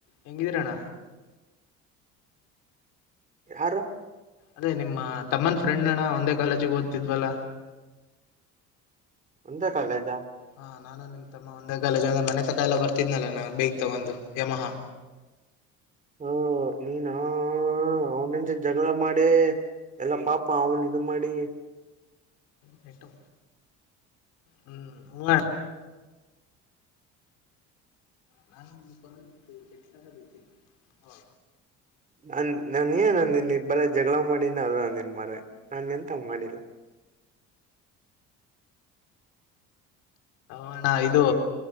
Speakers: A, on the left; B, on the right.
A: ಹೆಂಗಿದಿರನ್ನ.
B: ಯಾರು.
A: ಅದೇ ನಿಮ್ಮ ತಮ್ಮನ ಫ್ರೆಂಡ್ ಅಣ್ಣ ಒಂದೇ ಕಾಲೇಜಿಗೆ ಓದ್ತಿದ್ವಲ್ಲ.
B: ಒಂದೇ ಕಾಲೇಜಾ
A: ಹಾ ನಾನು ನಿಮ್ ತಮ್ಮ ಒಂದೇ ಕಾಲೇಜಾಗ. ಮನೆ ತಕಾ ಎಲ್ಲ ಬರ್ತಿದ್ನಲ್ಲ ನಾ ಬೇಕ್ ತಗೊಂಡು ಯಮಹಾ.
B: ಹಾ ನೀನ್ ಅವ ಜಗಳ ಮಾಡಿ ಎಲ್ಲ ಪಾಪ ಅವನ್ ಇದು ಮಾಡಿ
A: ಕಟ್ಟು ಹ್ಮ್ ಹ. ನಾನು ಪರ ಕೆಲ ಬೈತೆನೆ ಹ.
B: ನನ್ ನಾನ ಏನ್ ಅಂದಿನೀ ಬರೆ ಜಗಳ ಮಾಡಿನ ಅಂದನ್ ಮರ ನಾನ ಎಂತ ಮಾಡಿಲ್ಲ.
A: ಅಣ್ಣ ಇದು